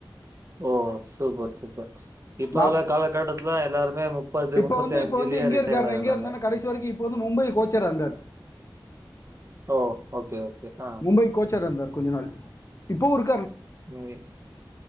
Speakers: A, on the right; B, on the left.
A: ஓ சூப்பர் சூப்பர் இப்ப
B: நாப்
A: உள்ள காலகட்டத்ல எல்லாருமே முப்பது
B: இப்ப
A: முப்பத்தி
B: வந்து
A: அஞ்சுலயே
B: இப்ப வந்து எங்க
A: ரிட்டையர்
B: இருக்காருன்னா
A: ஆயர்றாங்க
B: எங்க இருந்தாருன்னா கடைசி வரைக்கு இப்ப வந்து மும்பைல கோச்சரா இருந்தாரு
A: ஓ ஓகே ஓகே ஆ
B: மும்பை கோச்சாரா இருந்தார் கொஞ்ச நாள் இப்பவு இருக்
A: <unintelligible>